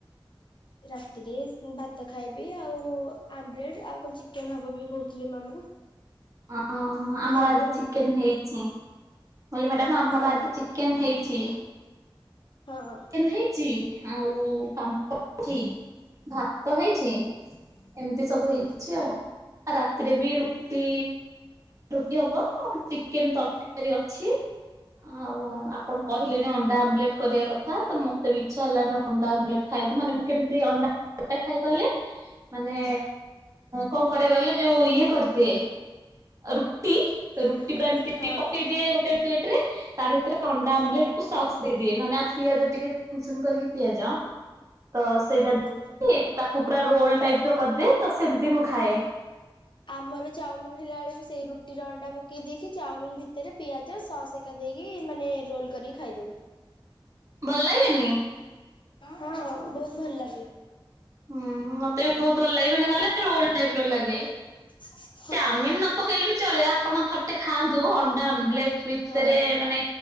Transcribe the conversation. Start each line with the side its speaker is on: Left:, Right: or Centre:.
Left: ରାତିରେ ସେଇ ଭା ଭାତ ଖାଇବି ଆଉ ଆମ୍ବଲେଟ୍ ଆଉ କଣ ଚିକେନ୍ ହବ ବୋଲି କହୁଥିଲେ ମାମା।
Right: ଆ-ହଁ ଆମର
Left: ଖାଇବୁ
Right: ଆଜି
Left: ଆଉ
Right: ଚିକେନ୍ ହେଇଚି। ମୁଁ କହିଲି ମ୍ୟାଡାମ୍ ଆମର
Left: ହଁ
Right: ଆଜି ଚିକେନ୍ ହେଇଚି।
Left: ହଁ-ହଁ।
Right: ଚିକେନ୍ ହେଇଚି ଆଉ ପାମ୍ପଡ ହେଇଚି ଭାତ ହେଇଚି ଏମିତି
Left: ଓହୋ
Right: ସବୁ ହେଇଚି ଆଉ ରାତିରେ ବି ରୁଟି ରୁଟି ହବ ଚିକେନ ତରକାରୀ ଅଛି ଆଉ
Left: ହଁ
Right: ଆପଣ କହିଲେଣି ଅଣ୍ଡା ଆମ୍ବେଲେଟ କରିବା କଥା ତ ମତେ ବି ଇଚ୍ଛା ହେଲାଣି ଅଣ୍ଡା ଆମ୍ଳେଟ ଖାଇବାକୁ ମାନେ ମୁଁ କେମିତି ଅଣ୍ଡା ଆମ୍ଲେଟ ଖାଏ କହିଲେ? ମାନେ କଣ କରେ କହିଲେ ଯୋଉ ଇଏ କରିଦିଏ ରୁଟି ରୁଟି
Left: ହଁ
Right: ପୁରା ଏମିତି
Left: ହଁ
Right: ପକେଇ ଦିଏ ଗୋଟେ ପ୍ଲେଟ ରେ ତା ଭିତରେ ଅଣ୍ଡା
Left: ହଁ
Right: ଆମ୍ଲେଟ କୁ ସକ୍ସ ଦେଇଦିଏ ନହଲେ ଆଉ ପିଆଜ ଟିକେ ଚୁନଚୁନ କରିକି ପିଆଜ ତ ସେଇଟା
Left: ହୁଁ
Right: ତାକୁ ପୁରା ରୋଲ ଟାଇପ ର କରିଦିଏ ତ ସେମିତି ମୁଁ ଖାଏ।
Left: ଆମର ଚାଉମିନ ହେଲା ବେଳେ ବି ସେଇ ରୁଟି ର ଅଣ୍ଡା ପକେଇ ଦେଇକି ଚାଉମିିନ ଭିତରେ ପିଆଜ ସସ୍ ହେରିକା ଦେଇକି ମାନେ ରୋଲ କରିକି ଖାଇଦଉ।
Right: ଭଲ ଲାଗେନି?
Left: ହଁ ବହୁତ ଭଲ ଲାଗେ।
Right: ହୁଁ ମତେ ବି ବହୁତ ଭଲ ଲାଗେ ମାନେ ମାନେ ରୋଲ୍ ଟାଇପ୍ ର ଲାଗେ
Left: ଆ <inaudible>
Right: ଚାଉମିିନ ନ ପକେଇଲେ ବି ଚଳିବ ଆପଣ ଥରଟେ ଖାଆନ୍ତୁ ଅଣ୍ଡା ଆମ୍ଲେଟ ଭିତରେ
Left: ହଁ।
Right: ମାନେ